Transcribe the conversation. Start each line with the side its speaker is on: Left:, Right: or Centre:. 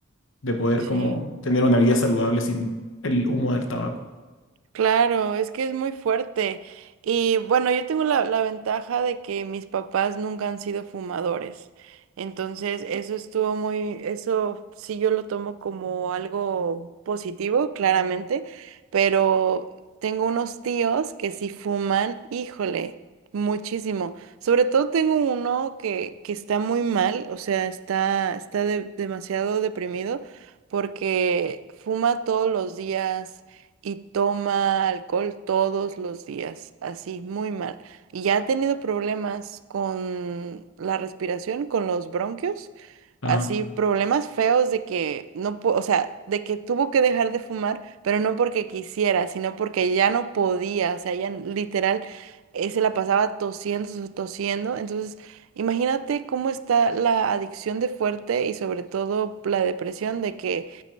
Left: de poder
Right: Sí,
Left: como tener una vida saludable sin el humo del tabaco.
Right: claro, es que es muy fuerte. Y bueno, yo tengo la, la ventaja de que mis papás nunca han sido fumadores. Entonces, eso estuvo muy, eso sí yo lo tomo como algo positivo, claramente, pero tengo unos tíos que sí fuman, híjole, muchísimo. Sobre todo tengo uno que, que está muy mal, o sea, está, está de- demasiado deprimido porque fuma todos los días. y toma alcohol todos los días, así, muy mal. Y ya ha tenido problemas con la respiración, con los bronquios,
Left: Ajá.
Right: así, problemas feos de que no, po- o sea, de que tuvo que dejar de fumar, pero no porque quisiera, sino porque ya no podía, o sea, ya literal eh, se la pasaba tosiendo, tos- tosiendo, entonces... Imagínate cómo está la adicción de fuerte y sobre todo la depresión de que